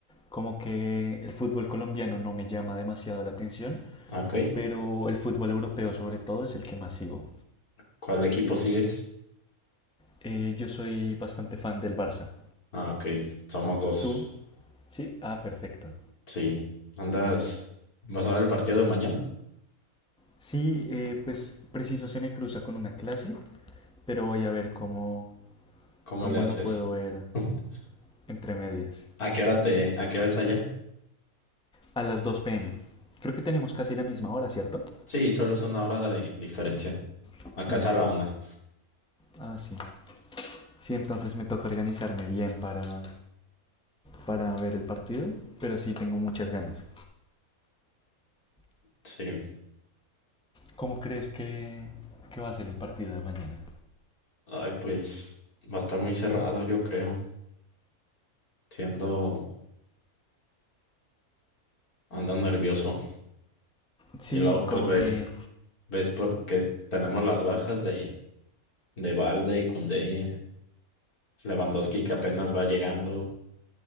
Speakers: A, in the centre; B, on the left.
A: como que el fútbol colombiano no me llama demasiado la atención,
B: Ok.
A: pero el fútbol europeo sobre todo es el que más sigo.
B: ¿Cuál equipo sigues?
A: Eh, yo soy bastante fan del Barça.
B: Ah, ok. Somos dos.
A: ¿Tú? Sí, ah, perfecto.
B: Sí. ¿Andas? ¿Vas a ver el partido de mañana?
A: Sí, eh, pues preciso se me cruza con una clase, pero voy a ver cómo,
B: ¿Cómo
A: cómo
B: le haces?
A: lo puedo ver
B: <laughs>
A: entre medias.
B: ¿A qué hora te, a qué hora es allá?
A: A las 2 pm. Creo que tenemos casi la misma hora, ¿cierto?
B: Sí, solo es una hora de diferencia.
A: Hmm,
B: Acá es a la una.
A: Ah, sí. Sí, entonces me toca organizarme bien para, para ver el partido, pero sí tengo muchas ganas.
B: Sí.
A: ¿Cómo crees que, que va a ser el partido de mañana?
B: Ay, pues va a estar muy cerrado, yo creo. Siendo, ando ando nervioso.
A: Sí,
B: Y luego, pues
A: como
B: ves,
A: que
B: ves porque tenemos las bajas de de Balde y Koundé, Lewandowski que apenas va llegando.